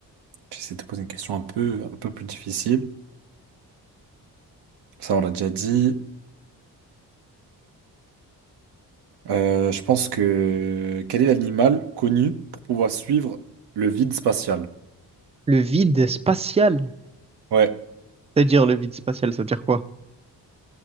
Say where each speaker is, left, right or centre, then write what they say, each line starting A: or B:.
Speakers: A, on the right (about 70°); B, on the right (about 15°).
A: j'essaie de te poser une question un peu, un peu plus difficile. Ça, on l'a déjà dit. Euh, je pense que quel est l'animal connu pour pouvoir suivre le vide spatial?
B: Le vide spatial.
A: Ouais,
B: C'est-à-dire, le vide spatial, ça veut dire quoi?